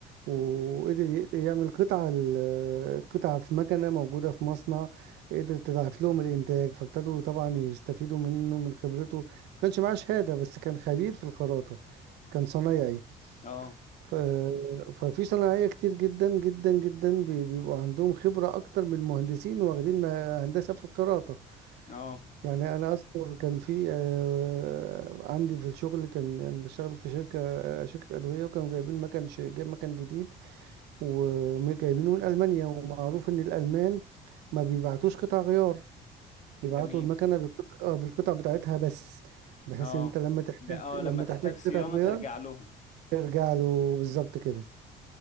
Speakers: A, on the right (about 80°); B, on the left (about 45°).
A: وقدر ي- يعمل قطعة ال- قطعة في مكنة موجودة في مصنع قدر تضاعف لهم الإنتاج فابتدوا طبعا يستفيدوا منه من خبرته ما كانش معاه شهادة بس كان خبير في الخراطة كان صنايعي
B: اه
A: ف... ففي صناعية كتير جدا جدا جدا بي- بيبقوا عندهم خبرة أكتر من المهندسين واخدين ما- هندسة في الخراطة
B: اه
A: يعني أنا أذكر كان في آه، عندي في الشغل كان أنا بشتغل في شركة آه، شركة أدوية وكانوا جايبين مكان ش- جايب مكان جديد وجايبينه من ألمانيا ومعروف إن الألمان ما بيبعتوش قطع غيار بيبعتوا
B: جميل
A: المكنة بالقطع, آه، بالقطع بتاعتها بس بحيث
B: اه
A: إن أنت لما تحتاج
B: ب- اه
A: لما
B: لما تحتاج
A: تحتاج
B: صيانة
A: قطعة غيار
B: ترجع لهم
A: ترجع له بالظبط كده